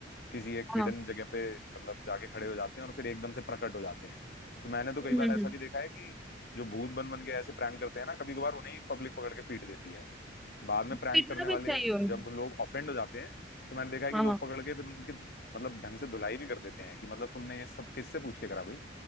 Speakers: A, on the left; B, in the centre.
A: किसी एक
B: हाँ
A: हिडन जगह पे मतलब जाके खड़े हो जाते हैं और फिर एकदम से प्रकट हो जाते हैं तो मैंने तो कई
B: हम्म
A: बार
B: हम्म
A: ऐसा
B: हम्म।
A: भी देखा है कि जो भूत बन बन के ऐसे प्रैंक करते हैं ना कभी कभार उन्हें ही पब्लिक पकड़ के पीट देती है बाद में प्रैंक
B: पीटना
A: करने वाले
B: भी चाहिए उनको
A: जब लोग ऑफेंड हो जाते हैं तो मैंने देखा है
B: हाँ
A: कि लोग
B: हाँ
A: पकड़ के फिर उनकी मतलब ढंग से धुलाई भी कर देते हैं कि मतलब तुमने ये सब किससे पूछ के करा भाई